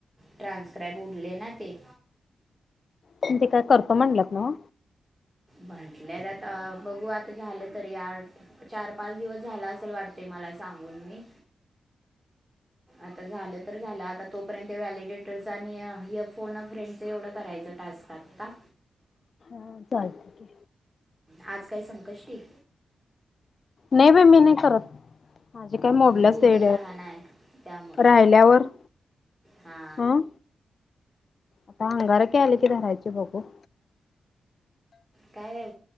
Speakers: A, on the right; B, on the left.
A: ट्रान्स्क्राईब उडले ना ते
B: प ते काय करतो म्हणलंत ना
A: म्हंटल्या आता बघू आता झालं तरी आठ चार पाच दिवस झाला असेल वाटते मला मला सांगून मी आता झालं तर झालं आता तोपर्यंत व्हॅलिडेटरच आणि फोन फ्रेंडच एवढं करायचं टा राजजकत्ता
B: हा चालते
A: आज काय संकष्टी
B: नाही बा मी नाही करत माझी काय मोडल्याच
A: ् भूमी
B: ते
A: लहान आहे त्यामुं
B: राहिल्यावर
A: हा
B: हं आता अंगार क आले की धरायचे बघू
A: काय